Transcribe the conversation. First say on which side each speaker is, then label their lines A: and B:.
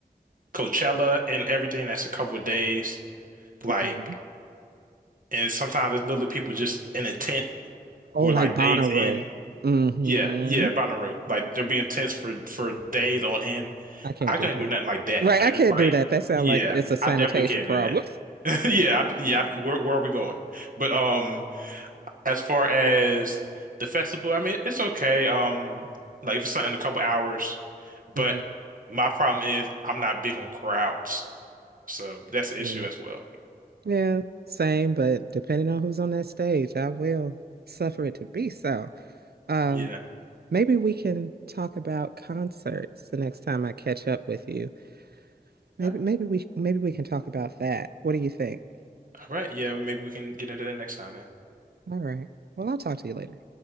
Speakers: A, on the right; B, on the right.
A: Coachella and everything that's a couple of days.
B: Mhm.
A: Like and sometimes there's literally people just in a tent
B: Oh,
A: for
B: like
A: like
B: Bonnaroo.
A: days in.
B: hmm
A: Yeah, yeah, binary. Like they'll be intense for for days on end.
B: I can't
A: I
B: do
A: couldn't
B: that.
A: do nothing like that.
B: Right,
A: But
B: I
A: if
B: can't
A: it's like,
B: do that. That sounds
A: yeah,
B: like it's a sanitation
A: I definitely can't
B: problem.
A: do that. <laughs> Yeah, I, yeah. I- where where are we going? But um, as far as the festival, I mean, it's okay. Um, like if it's something in a couple hours, but
B: <laughs> hmm
A: my problem is I'm not big on crowds, so that's the
B: Yeah.
A: issue as well.
B: Yeah, same, but depending on who's on that stage, I will suffer it to be so. Um,
A: Yeah.
B: maybe we can talk about concerts the next time I catch up with you. Maybe
A: Yeah.
B: maybe we maybe we can talk about that. What do you think?
A: All right. Yeah. Maybe we can get into that next time then.
B: All right. Well, I'll talk to you later.